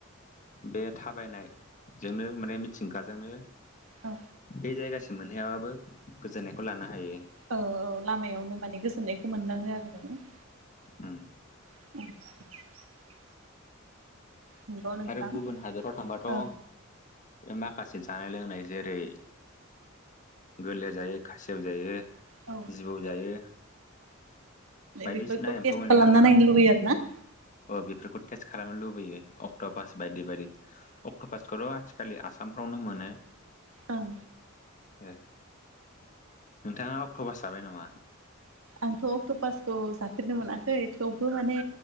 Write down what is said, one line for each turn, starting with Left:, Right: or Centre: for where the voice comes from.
Left: बे थाबायनायजोंनो माने मिथिंगाजोंनो
Right: औ
Left: बै जायगासिम मोनहैायाबाबो गोजोननायखौ लानो हायो
Right: औ औ लामायावनो माने गोजोननायखौ मोनलाङो आरो माने
Left: उम
Right: <inaudible> नंगौ नोंथां
Left: आरो गुबुन हादोराव थांबाथ'
Right: औ
Left: माखासे जानाय लोंनाय जेरै गोलेर जायो खासेव जायो
Right: औ
Left: जिबौ जायो बायदिसिना
Right: बेफोरखौ
Left: एम्फौ
Right: तेस्त
Left: एनला
Right: खालामना नायनो लुबैयो आरो ना
Left: अ बेफोरखौ टेस्ट खालामनो लुबैयो अक्ट' पास बायदि बायदि अक्ट' पासखौथ' आथिखालि आसामफ्रावनो मोनो
Right: ओं
Left: ओ नोंथाङा अक्ट'फास जाबाय नामा
Right: आंथ' अक्ट' पासखौ जाफेरनो मोनाखै थेवबो माने